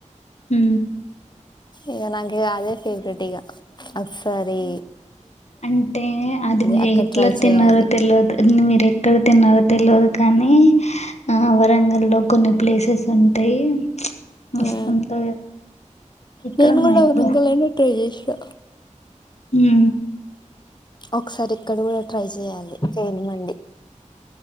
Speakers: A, on the left (about 60°); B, on the left (about 35°).
A: హు
B: ఇగా నాకు అదే ఫేవరెట్ ఇగా ఒక్సారి
A: అంటే అది మీరు
B: అక్కడ
A: ఎట్లా
B: ట్రై
A: తిన్నారో
B: చేయాలి
A: తెల్వద్ నువ్ మీరు ఎక్కడ తిన్నారో తేల్వదు కానీ ఆ వరంగల్ లో కొన్ని ప్లేసెస్ ఉంటాయి. మస్తుంటాయి
B: ఆ
A: ఇక్కడ
B: నేను
A: మా
B: కూడా
A: అబ్బా
B: వరంగల్లానే ట్రై చేశ్నా
A: హు
B: ఒకసారి ఇక్కడ కూడా ట్రై చేయ్యాలి ట్రైన్ మండి